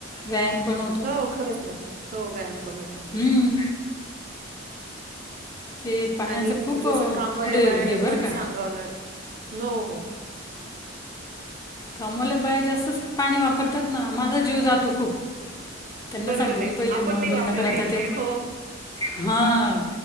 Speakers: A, on the left (about 20°); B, on the right (about 45°).
A: व्यायाम पण होत.
B: हो खरंच ना. हो व्यायाम पण होतो.
A: हम्म, ते पाण्याचं
B: आणि
A: खूप
B: जसं
A: अ,
B: कामवाल्या
A: पुढे
B: बायांना
A: हे बरं
B: पण
A: का
B: सांगाव ला नो हो.
A: कामवाल्या बाया जास्तच पाणी वापरतात ना माझा जीव जातो खूप. त्यांना
B: बरोबर
A: सांगते बाई
B: आहे
A: पहिले
B: आपण
A: नळ
B: नाही
A: बंद
B: वापरत
A: करा
B: इतके
A: त्या
B: हो.
A: हां.